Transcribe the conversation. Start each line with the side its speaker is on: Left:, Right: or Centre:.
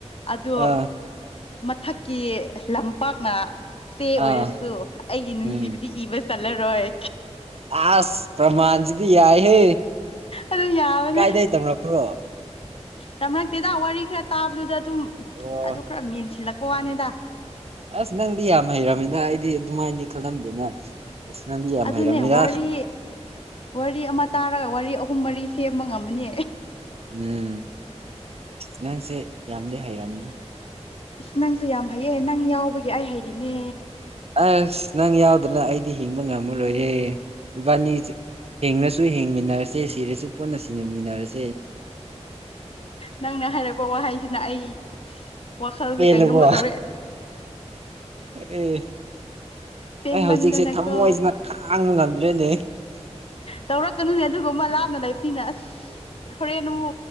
Left: ꯑꯗꯨ
Right: ꯑꯥ
Left: ꯃꯊꯛꯀꯤ ꯂꯝꯄꯥꯛꯅ ꯆꯦ ꯑꯣꯏꯔꯁꯨ
Right: ꯑꯥ
Left: ꯑꯩꯒꯤ ꯅꯨꯡꯁꯤꯕꯗꯤ
Right: ꯎꯝ
Left: ꯏꯕ ꯆꯥꯜꯂꯔꯣꯢ
Right: ꯑꯁ ꯄ꯭ꯔꯃꯥꯟꯁꯤꯗꯤ ꯌꯥꯏꯍꯦ
Left: ꯑꯗꯨꯝ ꯌꯥꯕꯅꯦ
Right: ꯀꯥꯏꯗꯩ ꯇꯝꯂꯛꯄ꯭ꯔꯣ
Left: ꯇꯝꯔꯛꯇꯦꯗ ꯋꯥꯔꯤ ꯈꯔ ꯇꯥꯕꯗꯨꯗ ꯑꯗꯨꯝ
Right: ꯑꯣ
Left: ꯑꯗꯨ ꯈꯔ ꯃꯦꯟꯁꯤꯜꯂꯛꯄ ꯋꯥꯅꯤꯗ꯫
Right: ꯑꯁ ꯅꯪꯗꯤ ꯌꯥꯝ ꯍꯩꯔꯝꯃꯤꯅ ꯑꯩꯗꯤ ꯑꯗꯨꯃꯥꯏꯅꯗꯤ ꯈꯜꯂꯝꯗꯦꯅ ꯏꯁ ꯅꯪꯗꯤ ꯌꯥꯝ
Left: ꯑꯗꯨꯅꯦ
Right: ꯍꯩꯔꯝꯃꯤꯗ
Left: ꯋꯥꯔꯤ ꯋꯥꯔꯤ ꯑꯃ ꯇꯥꯔꯒ ꯋꯥꯔꯤ ꯑꯍꯨꯝ ꯃꯔꯤ ꯁꯦꯝꯃ ꯉꯝꯃꯅꯤ
Right: ꯎꯝ ꯅꯪꯁꯦ ꯌꯥꯝꯗꯤ ꯍꯩꯔꯝꯅꯤ
Left: ꯑꯁ ꯅꯪꯁꯨ ꯌꯥꯝ ꯍꯩꯌꯦ ꯅꯪ ꯌꯥꯎꯕꯒꯤ ꯑꯩ ꯍꯩꯔꯤꯅꯦ꯫
Right: ꯑꯁ ꯅꯪ ꯌꯥꯎꯗꯅ ꯑꯩꯗꯤ ꯍꯤꯡꯕ ꯉꯝꯃꯔꯣꯏꯌꯦ ꯏꯕꯥꯅꯤ꯫ ꯍꯤꯡꯅꯁꯨ ꯍꯤꯡꯃꯤꯟꯅꯔꯁꯤ ꯁꯤꯔꯁꯨ ꯄꯨꯟꯅ ꯁꯤꯅꯤꯃꯤꯅꯔꯁꯤ꯫
Left: ꯅꯪꯅ ꯍꯥꯏꯔꯛꯄ ꯋꯥꯍꯩꯁꯤꯅ ꯑꯩ ꯋꯥꯈꯜꯁꯦ
Right: ꯄꯦꯜꯂꯕꯣ
Left: ꯀꯩꯅꯣꯝꯃ ꯇꯧꯔꯦ꯫
Right: ꯑꯦ
Left: ꯄꯦꯟꯃꯟꯗꯅꯀꯣ
Right: ꯑꯩ ꯍꯧꯖꯤꯛꯁꯦ ꯊꯃꯣꯏꯖꯤꯅ ꯈꯥꯡꯕ ꯉꯝꯗ꯭ꯔꯦꯅꯦ
Left: ꯇꯧꯔꯛꯀꯅꯨꯅꯦ ꯑꯗꯨꯒꯨꯝꯕ ꯂꯥꯞꯅ ꯂꯩꯞꯇꯤꯅ ꯑꯁ ꯍꯣꯔꯦꯟ ꯑꯃꯨ